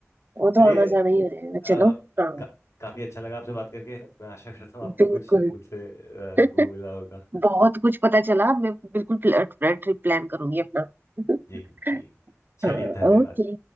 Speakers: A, on the right; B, on the left.
A: वो
B: चलिए
A: तो आना
B: अ,
A: जाना ही हो जाएगा
B: का,
A: चलो हाँ
B: काफी अच्छा लगा आपसे बात करके मैं आशा करता हूँ
A: बिल्कुल
B: आपको कुछ मुझसे अ,
A: <laughs>
B: वो मिला होगा
A: बहुत कुछ पता चला मैं बिल्कुल ट्रिप प्लान करूंगी अपना <laughs>
B: जी जी चलिए
A: हाँ
B: धन्यवाद
A: ओके